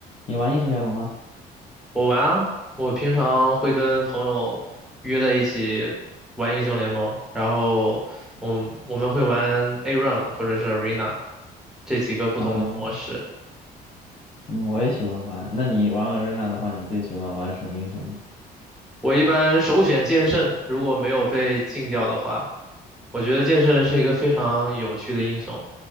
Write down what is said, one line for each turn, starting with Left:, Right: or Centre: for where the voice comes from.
Left: 你玩英雄联盟吗？
Centre: 我玩啊，我平常会跟朋友约在一起玩英雄联盟，然后我们我们会玩 ARAM 或者是 Arena 这几个不同的模式。
Left: 嗯嗯，我也喜欢玩。那你玩 a 瑞娜的话，你最喜欢玩什么英雄呢？
Centre: 我一般首选剑圣，如果没有被禁掉的话，我觉得剑圣是一个非常有趣的英雄。